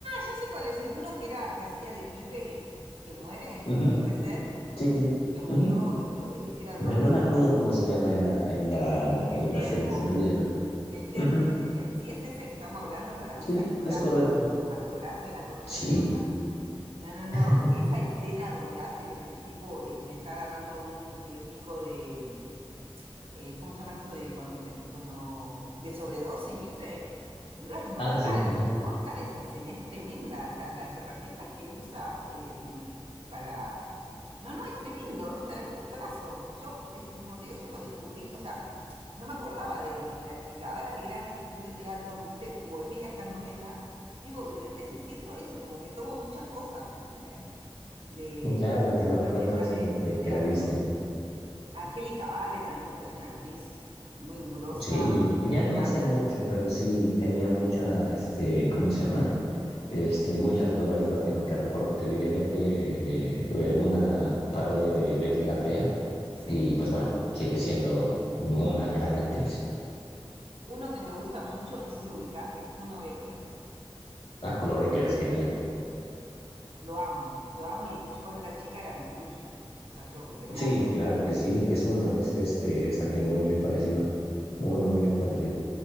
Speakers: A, on the right; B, on the left.
A: ya sé cuál es. sí, Uno que era, que hacía de pibe, que muere,
B: Ujú.
A: puede ser,
B: Sí, sí, sí.
A: que murió,
B: Ujú.
A: dro- eh, era drogadicto.
B: Pero no me acuerdo cómo se llama en la, en la,
A: El
B: en la
A: terco.
B: serie, se me olvida el nombre.
A: El terco,
B: Ujú.
A: le decían. Si ese es el que estamos hablando, para
B: Sí,
A: mí es actorazo,
B: es correcto.
A: actorazo de la concha
B: Sí.
A: de la lora. No, no, no.
B: <laughs>
A: Esa escena donde hace que donde el tipo eh, le está agarrando un eh, pico de, eh, ¿cómo se llama esto? De cuando, te- cuando, de sobredosis, ¿viste? Boludo, es mortal.
B: Ah, sí,
A: Es
B: ajá.
A: mortal esa escena, es tremenda. O sea, las herramientas que él usa eh, en- para... No, no, es tremendo. Es para mí actorazo. Yo, es, y como te digo, yo lo descubrí, o sea no me acordaba de él cuando era chica. Ahora de grande que estudio teatro, viste, volví a estas novelas. Digo, ¿entendés? Y siento eso, como que tomo muchas cosas, ¿entendés? De
B: Claro, te marcó
A: herramientas
B: entonces
A: de,
B: desde
A: de teatro.
B: que la viste.
A: Angélica Vale también me parece una actriz muy gurosa,
B: Sí, ya
A: me encanta.
B: no hace mucho, pero sí tenía mucha, este, ¿cómo se llama? Este, muchas novelas. La última que recuerdo que vi de ella fue, eh, fue una parodia de Betty la Fea.
A: Sí.
B: Y pues bueno, sigue siendo una gran actriz.
A: Uno que me gusta mucho, no sé si lo ubicás, es Kuno Becker.
B: Ah, Baker es genial.
A: Lo amo, lo amo y, y yo cuando era chica era mi crush. O sea, yo, hermoso.
B: Sí, claro que sí. Es uno, es este, es alguien muy bien parecido. Muy, muy bien parecido.